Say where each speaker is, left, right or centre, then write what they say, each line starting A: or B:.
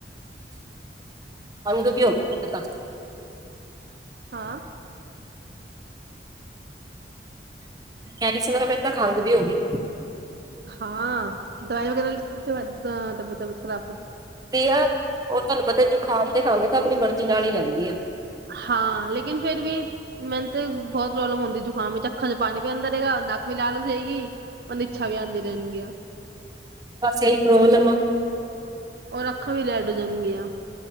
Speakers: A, on the right (about 20°); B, on the right (about 60°).
A: ਹ ਦੁ ਕੀੀ ਹੋ <unintelligible>
B: ਹਾਂ-
A: ਕੈਰੀ ਸੀ ਮੈਂ ਨੂਤਾਂ ਤਾਂ ਖਾਂਘ ਵੀ ਹੋਗੀ।
B: ਹਾਂ ਦਵਾਈ ਵਗੈਰਾ ਲੀਤੀ ਵੱਧ ਤਬੀਅਤ ਖਰਾਬ ਹੋ
A: ਆ ਉਹ ਤੁਹਾਨੂੰ ਪਤਾ <unintelligible> ਖਾ ਦੇ ਖੰਘ ਤਾਂ ਆਪਣੀ ਮਰਜ਼ੀ ਨਾਲ ਹੀ ਜਾਂਦੀ ਆ।
B: ਹਾਂ ਲੇਕਿਨ ਫੇਿਰ ਵੀ ਮੈਨੂੰ ਤੇ ਬਹੁਤ ਪ੍ਰੋਬਲਮ ਆਉਂਦੀ ਜੁਕਾਮ ਵਿੱਚ ਅੱਖਾਂ ਚ ਪਾਣੀ ਵੀ ਆਉਂਦਾ ਰਹੇਗਾ ਨੱਕ ਵੀ ਲਾਲ ਹੋ ਜਾਏਗੀ ਨਿਛਾ ਵੀ ਆਉਂਦੀ ਰਹਿਣਗੀਆਂ।
A: ਸਹੀ ਪ੍ਰੋਬਲਮ ਆ
B: ਔਰ ਅੱਖਾਂ ਵੀ ਰੈਡ ਹੋ ਜਾਣਗੀਆਂ।